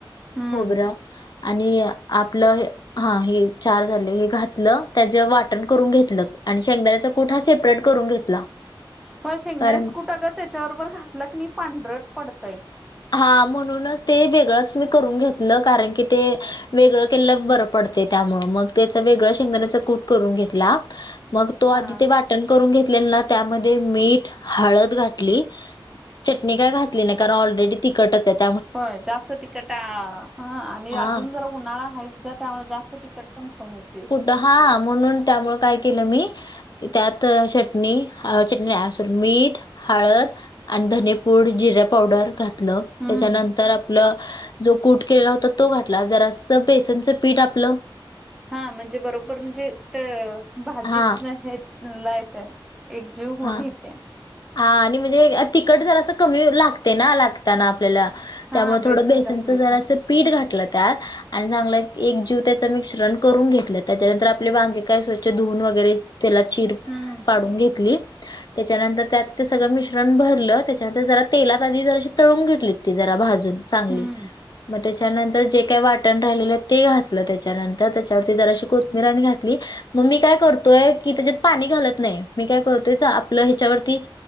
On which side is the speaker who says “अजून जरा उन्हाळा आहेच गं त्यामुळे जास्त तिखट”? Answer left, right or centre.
Centre